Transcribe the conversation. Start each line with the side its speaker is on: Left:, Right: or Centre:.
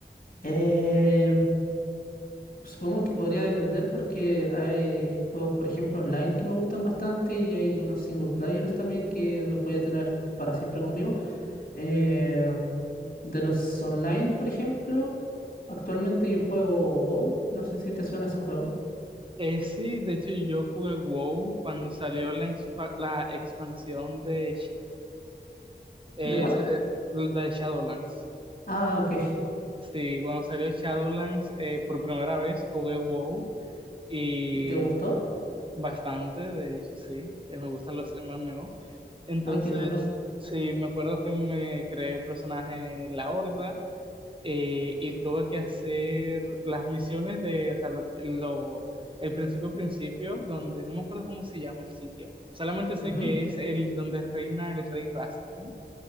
Left: Eh, supongo que podría depender porque hay juegos, por ejemplo, online que me gustan bastante y hay unos single players también que los voy a tener para siempre conmigo. Eh, de los online, por ejemplo, actualmente yo juego WoW, no sé si te suena ese juego.
Right: Eh, sí, de hecho yo jugué WoW cuando salió la, expa- la expansión de, Sh- eh,
Left: ¿De cuál?
Right: s- eh, de Shadowlands.
Left: Ah, ok.
Right: Sí, cuando salió Shadowlands eh, por primera vez jugué WoW y
Left: ¿Y te gustó?
Right: bastante, de hecho sí, Eh, me gustan los MMO. Entonces,
Left: Ah, qué bueno.
Right: sí, me acuerdo que me creé el personaje en La Horda eh, y tuve que hacer las misiones de, o sea, lo, lo- el principio principio, donde no me acuerdo cómo se llama el sitio, solamente sé
Left: Ujú.
Right: que es el donde reina el rey Rastakhan,